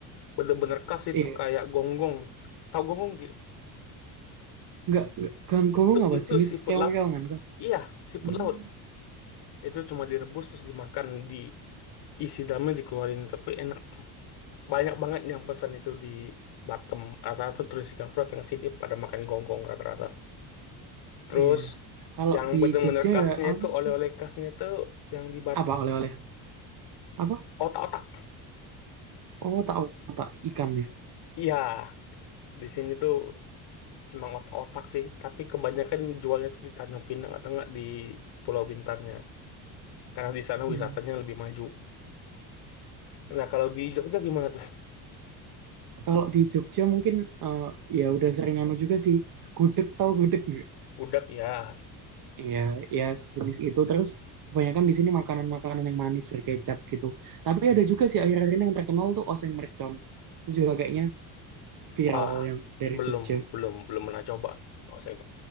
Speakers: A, on the left (about 60°); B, on the right (about 50°).
A: bener-bener khas itu
B: iya.
A: kayak gonggong. Tahu gonggong di
B: Nggak, nggak ganggu
A: Itu
B: apa
A: itu
B: jenis
A: seafood
B: keong-keongan
A: laut.
B: kah?
A: Iya, seafood
B: Hmm,
A: laut. Itu cuma direbus terus dimakan diisi dalamnya dikeluarin tapi enak Banyak banget yang pesan itu di Batam. Rata-rata turis Singapura tengah sini pada makan gonggong rata-rata. Terus
B: iya. Kalau
A: yang
B: di
A: bener-bener
B: Jogja
A: khasnya
B: ya anu
A: itu oleh-oleh
B: sih.
A: khasnya itu yang di Batam.
B: Apa oleh-oleh khas? Apa?
A: Otak-otak.
B: Oh, tak otak ikan ya.
A: Iya, di sini tuh emang otak-otak sih. Tapi kebanyakan jualnya tuh di Tanjung Pinang atau enggak di Pulau Bintannya. Karena di sana
B: Hmm.
A: wisatanya lebih maju. Nah, kalau di Jogja gimana tuh?
B: Kalau di Jogja mungkin eh, ya udah sering anu juga sih. Gudeg tahu gudeg nggak?
A: Budak ya.
B: Iya, ya sejenis itu. Terus kebanyakan di sini makanan-makanan yang manis berkecap gitu. Tapi ada juga sih akhir-akhir ini yang terkenal tuh oseng mercon. Itu juga kayaknya viral
A: Wah,
B: yang dari
A: belum,
B: Jogja.
A: belum, belum pernah coba. Oh, saya